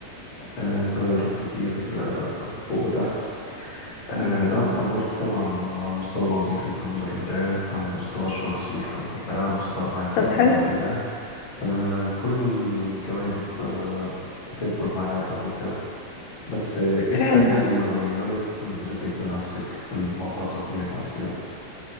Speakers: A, on the left; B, on the left.
A: آه، تغيرات كتير آه، فوق وتحت آه،
B: مم.
A: انا اتطورت طبعا على المستوى الوظيفي الحمد لله على المستوى الشخصي الحمد لله على المستوى المادي
B: طب
A: الحمد
B: حلو
A: لله فكل الجوانب آه، بتكبر معايا حاسس كده بس آه، ايه الحاجه
B: فعلا
A: اللي غيرت نظرتك لنفسك في الموضوع التطوير النفسي ده؟